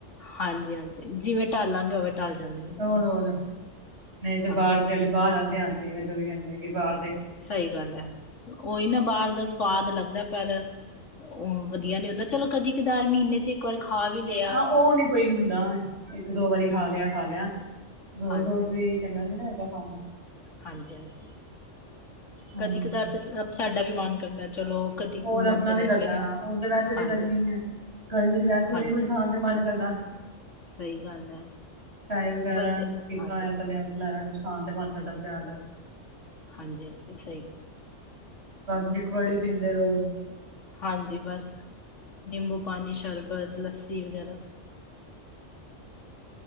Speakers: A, on the left; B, on the right.
A: ਹਾਂਜੀ-ਹਾਂਜੀ, ਜਿਵੇਂ ਢਾਲਾਂਗੇ ਉਵੇਂ ਢਲ ਜਾਂਦੇ ਨੇ ਬੱਚੇ।
B: ਹੋਰ ਹੋਰ ਨਹੀਂ ਤੇ
A: ਹਾਂਜੀ
B: ਬਾਰ ਦੇ ਅਲੀ ਬਾਰ ਅਲ ਧਿਆਨ ਦੇਏਗਾ ਚੌਵੀ ਘੰਟੇ ਕਿ ਬਾਰ
A: ਸਹੀ ਗੱਲ ਐ। ਔਈ ਨਾ ਬਾਰ ਦਾ ਸਵਾਦ ਲੱਗਦਾ ਪਰ ਉ ਵਧੀਆ ਨੀ ਹੁੰਦਾ ਚਲੋ ਕਦੀ-ਕਦਾਰ ਮਿਨੇ 'ਚ ਏ ਕੀ ਵਾਰ ਖਾ ਵੀ ਲੈ
B: ਹਾਂ ਔ ਨੀ ਕੋਈ ਹੁੰਦਾ ਇੱਕ-ਦੋ ਵਾਰੀ
A: ਹਮ
B: ਖਾ ਲਆ-ਖਾ ਲਆ। ਰੋਜ਼-ਰੋਜ਼
A: ਹਾਂਜੀ
B: ਵੀ ਚੰਗਾ ਨੀ ਨਾ ਹੈਗਾ ਖਾਨਾ।
A: ਹਾਂਜੀ-ਹਾਂਜੀ,
B: ਹਾਂਜੀ
A: ਕਦੀ ਕਦਾਰ ਤੇ ਸਾਡਾ ਵੀ ਮਨ ਕਰਦਾ। ਚਲੋ ਕਦੀ
B: ਹੋਰ
A: ਘੁੰਮਣ
B: ਅਪਨਾ
A: ਚਲੇ
B: ਵੀ ਕਰਦਾ।
A: ਗਏ
B: ਹਾਂ,
A: ਆ
B: ਹੁਨ ਤਾਂ ਵੈਸੇ ਵੀ
A: ਹਾਂਜੀ
B: ਗਰਮੀ ਏ। ਗਰਮੀ 'ਚ ਵੈਸੇ
A: ਹਾਂਜੀ
B: ਵੀ ਨੀ ਕੁੱਝ ਖਾਨ ਤੇ ਮਨ ਕਰਦਾ।
A: ਸਹੀ ਗੱਲ ਹੈ
B: ਚਾਏ ਵਗੈਰਾ
A: ਬਸ
B: ਕੀਤਾ
A: ਹਾਂਜੀ
B: ਹੋਆ ਤਲਿਆ-ਤਲਾਯਾ ਕੁਛ ਖਾਨ ਤੇ ਮਨ ਕਰਦਾ ਬਜਾਰ ਦਾ।
A: ਹਾਂਜੀ, ਏ ਸਈ ਗੱ
B: ਬਸ ਲਿਕਵੱਡ ਈ ਪੀਂਦੇ ਰੋ।
A: ਹਾਂਜੀ, ਬਸ ਨਿੰਬੂ ਪਾਣੀ, ਸ਼ਰਬਤ, ਲੱਸੀ ਵਗੈਰਾ।